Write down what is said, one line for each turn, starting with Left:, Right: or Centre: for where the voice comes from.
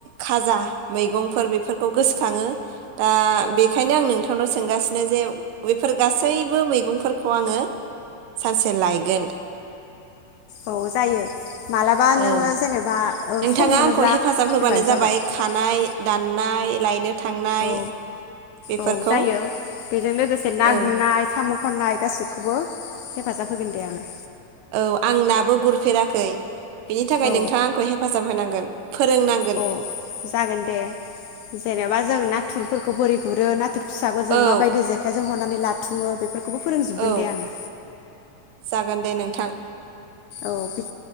Right: खाजा मैगंफोर बेफोरखौ गोसोखाङो दा बेखायनो आं नोंथांनाव सोंगासिनो जे बेफोर गासैबो मै मैगुंफोरखौ आङो सानसे लायगोन
Left: औ जायो मालाबा
Right: औ
Left: नोङो जेनेबा ओ
Right: नोंथाङा
Left: सम मोनोब्ला
Right: आंखौ हेफाजाब होबानो
Left: फैबानो जाबाय
Right: खानाय दाननाय लायनो थांनाय
Left: औ
Right: बेफोरखौ
Left: औ जायो बेजों लोगोसे ना
Right: औ
Left: गुरनाय साम खननाय गासैखौबो हेफाजाब होगोन दे आङो
Right: औ आं नाबो गुरफेराखै बिनि थाखाय
Left: औ
Right: नोंथाङा आंखौ हेफाजाब होनांगोन फोरोंनांगोन
Left: औ जागोन दे जेनेबा जों नाथुर फोरखौ बोरै गुरो नाथ फिसाखौ जों
Right: औ
Left: माबायदि जेखाइजों हरनानै लाथ थुङो बेफोर बेखौबो फोरोंजोबगोन
Right: औ
Left: दे आङो
Right: जागोन दे नोंथां
Left: औ बि